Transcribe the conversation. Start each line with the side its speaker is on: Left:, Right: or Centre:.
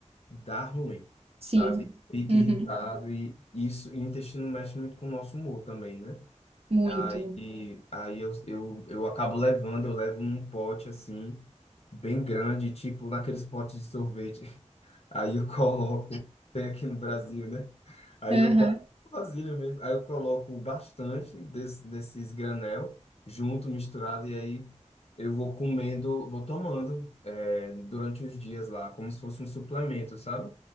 Left: dá ruim,
Right: Sim.
Left: sabe? Fica
Right: Uhum.
Left: irritado e isso, e o intestino mexe muito com o nosso humor também, né?
Right: Muito.
Left: Aí, aí eu, eu, eu acabo levando, eu levo num pote assim, bem grande, tipo naqueles potes de sorvete. <laughs> Aí eu coloco, tem aqui no Brasil, né? Aí
Right: Aham.
Left: eu coloco vasilha mesmo, aí eu coloco bastante desse, desses granel junto, misturado, e aí eu vou comendo, vou tomando eh, durante os dias lá, como se fosse um suplemento, sabe?